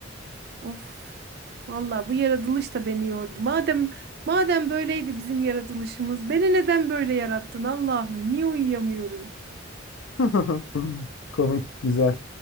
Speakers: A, on the right; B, on the left.
A: Of. Vallahi bu yaratılış da beni yordu. Madem madem böyleydi bizim yaratılışımız, beni neden böyle yarattın Allah'ım? Niye uyuyamıyorum?
B: <laughs> Komik güzel.